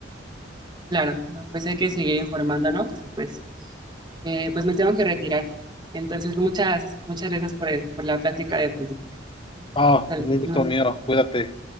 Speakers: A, on the right; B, on the left.
A: Claro, no, pues hay que seguir informándonos y pues, eh, pues me tengo que retirar. Entonces, muchas, muchas gracias por, el- por la plática de política.
B: Oh,
A: Salud.
B: un gusto
A: Nos
B: mío, cuídate.